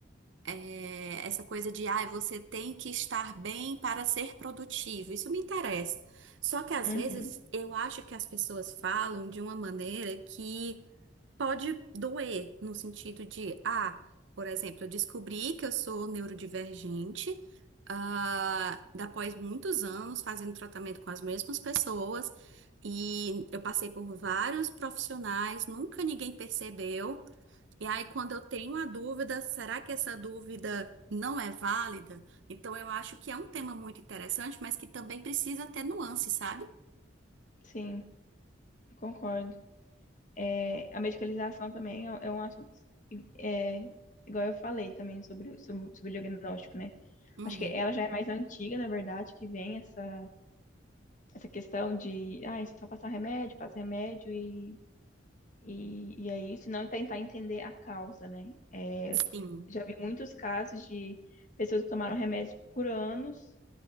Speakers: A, on the right; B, on the left.
A: É, essa coisa de, ah você tem que estar bem para ser produtivo. Isso me interessa. Só que às
B: Uhum,
A: vezes eu acho que as pessoas falam de uma maneira que pode doer, no sentido de, ah, por exemplo, eu descobri que eu sou neurodivergente, ah, após muitos anos fazendo tratamento com as mesmas pessoas, e eu passei por vários profissionais, nunca ninguém percebeu. E aí, quando eu tenho a dúvida, será que essa dúvida não é válida? Então, eu acho que é um tema muito interessante, mas que também precisa ter nuance, sabe?
B: sim, concordo. É, a medicalização também é, um, é um assunto, é, igual eu falei também sobre, sobre, sobre o diagnóstico, né?
A: Uhum,
B: Acho que ela já é mais antiga, na verdade, que vem essa, essa questão de, ah, é só passar remédio, passa remédio e, e, e é isso, não tentar entender a causa, né? É,
A: sim.
B: já vi muitos casos de pessoas que tomaram remédio por anos